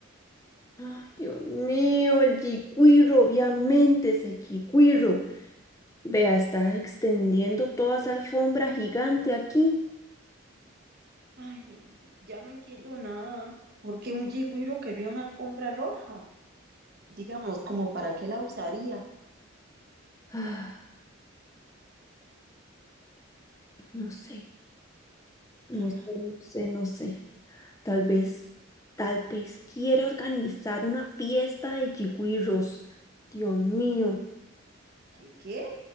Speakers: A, on the left (about 15°); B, on the right (about 50°).
A: Ah, Ay, Dios mío, el chicuiro, obviamente ese chicuiro. Vea, está extendiendo toda esa alfombra gigante aquí.
B: Ay, ya no entiendo nada. ¿Por qué un yigüiro querría una alfombra roja? Digamos, ¿como para qué la usaría?
A: <sighs> Ah, No sé,
B: Está
A: no
B: raro.
A: sé, no sé, no sé. Tal vez, tal vez quiere organizar una fiesta de yigüirros. Dios mío.
B: ¿Qué qué?